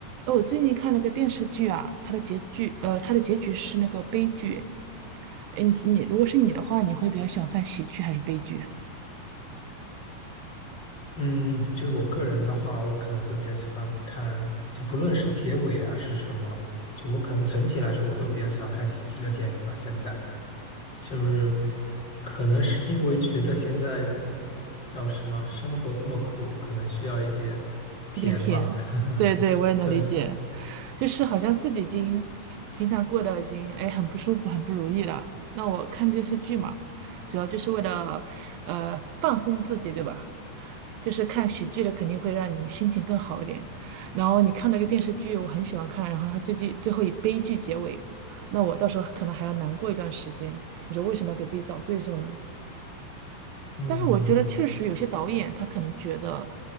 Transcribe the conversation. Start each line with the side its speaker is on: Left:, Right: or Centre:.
Right: 哦，我最近看了个电视剧啊，它的结局，呃，它的结局是那个悲剧。诶你你如果是你的话，你会比较喜欢看喜剧还是悲剧啊？
Left: 嗯，就是我个人的话，我可能会比较喜欢看，就不论是结尾啊是什么，就我可能整体来说，我都比较喜欢看喜剧的电影吧。现在就是可能是因为觉得现在叫什么，生活这么苦，可能需要一点甜吧。
Right: 有点甜。对对，
Left: <laughs>
Right: 我也能理解。
Left: 对，
Right: 就是好像自己已经平常过得已经哎很不舒服、很不如意了。那我看电视剧嘛，主要就是为了呃放松自己，对吧？就是看喜剧的肯定会让你心情更好一点。然后你看那个电视剧，我很喜欢看，然后它最近最后以悲剧结尾，那我到时候可能还要难过一段时间。你说为什么要给自己找罪受呢？
Left: 嗯。
Right: 但是我觉得确实有些导演他可能觉得，